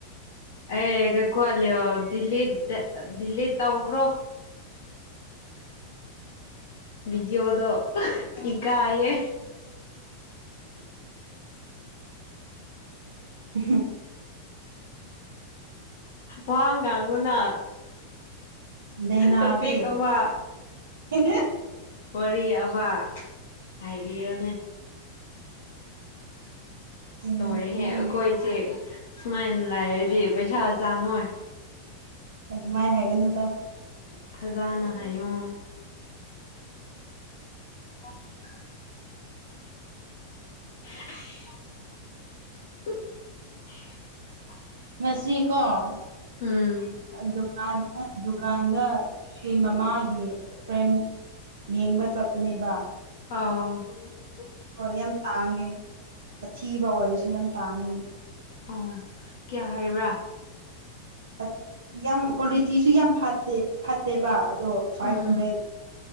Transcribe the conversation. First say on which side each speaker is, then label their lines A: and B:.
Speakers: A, on the left; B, on the right.
A: ꯑꯩ ꯀꯩꯀꯣꯂꯣ ꯗ ꯗꯦꯜꯂꯤ ꯇꯧꯈ꯭ꯔꯣ ꯕꯤꯗꯣꯑꯣꯗꯣ ꯏꯀꯥꯏꯑꯌꯦ
B: <unintelligible>
A: ꯋꯥ ꯉꯥꯡꯉꯨꯅ
B: ꯂꯩꯅꯥꯗꯤ
A: ꯇꯣꯄꯤꯛ ꯑꯃ
B: <unintelligible>
A: ꯋꯥꯔꯤ ꯑꯃ ꯍꯥꯏꯕꯤꯔꯅꯦ
B: ꯎꯝ
A: ꯂꯣꯏꯔꯦꯍꯦ
B: ꯀꯔꯤꯅꯣ
A: ꯑꯈꯣꯏꯖꯦ ꯁꯨꯃꯥꯏꯅ ꯂꯩꯔꯗꯤ ꯄꯩꯁꯥ ꯆꯪꯉꯣꯏ
B: ꯑꯗꯨꯃꯥꯥꯏ ꯍꯥꯏꯒꯅꯨꯗ
A: ꯐꯖꯅ ꯍꯥꯏꯌꯣ <inaudible> <inaudible>
B: ꯉꯁꯤ ꯀꯣ ꯑ
A: ꯎꯝ
B: ꯗꯨꯀꯥꯟꯗ ꯗꯨꯀꯥꯟꯗ ꯁꯨ ꯃꯃꯥꯒꯤ ꯐ꯭ꯔꯦꯝ ꯌꯦꯡꯕ ꯆꯠꯄꯅꯦꯕ
A: ꯑꯥ ꯎ
B: ꯍꯣ ꯌꯥꯝ ꯇꯥꯡꯉꯦ ꯑꯊꯤ ꯕ ꯑꯣꯏꯔꯁꯨ ꯌꯥꯝ ꯇꯥꯡꯉꯦ
A: ꯑ ꯀꯌꯥ ꯍꯥꯏꯕ꯭ꯔ
B: ꯑꯠ ꯌꯥꯝ ꯀ꯭ꯋꯥꯂꯤꯇꯤꯁꯨ ꯌꯥꯝ ꯐꯠꯇꯦ ꯐꯠꯇꯦꯕ ꯑꯗꯣ five
A: um
B: hundred